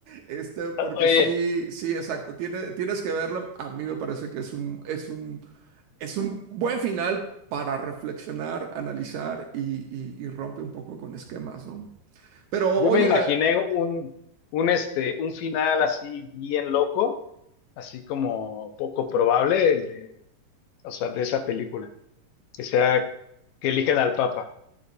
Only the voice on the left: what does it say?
Oye,
yo me imaginé
un, un, este, un final así bien loco, así como poco probable, el de, o sea, de esa película, que sea que elijan al Papa.